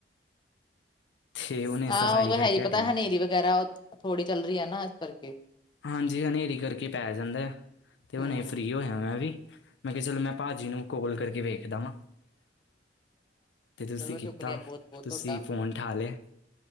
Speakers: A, on the left (about 75°); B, on the left (about 25°).
A: ਤੇ ਉਹਨੇ
B: ਹਾਂ
A: ਸਫਾਈ
B: ਉਹ ਤਾਂ
A: ਕਰਕੇ
B: ਹੈ ਹੀ।
A: ਹਟਿਆ
B: ਪਤਾ ਹਨੇਰੀ ਵਗੈਰਾ ਉਹ ਥੋੜ੍ਹੀ ਚੱਲ ਰਹੀ ਹੈ ਨਾ ਏਸ ਕਰਕੇ।
A: ਹਾਂਜੀ ਹਨੇਰੀ ਕਰਕੇ ਪੈ ਜਾਂਦਾ। ਤੇ ਹੁਨੇ
B: ਹੂੰ
A: ਹੀ ਫ੍ਰੀ ਹੋਇਆ ਮੈਂ ਵੀ ਮੈਂ ਕਿਹਾ ਚਲੋ ਮੈਂ ਭਾਜੀ ਨੂੰ ਕੌਲ ਕਰਕੇ ਵੇਖਦਾ ਵਾਂ। <inaudible> <inaudible> ਤੇ ਤੁਸੀਂ
B: ਚਲੋ
A: ਕੀਤਾ,
B: ਸ਼ੁਕਰੀਆ ਬਹੁਤ ਬਹੁਤ
A: ਤੁਸੀਂ
B: ਤੁਹਾਡਾ
A: ਫੋਨ ਉਠਾ ਲਿਆ,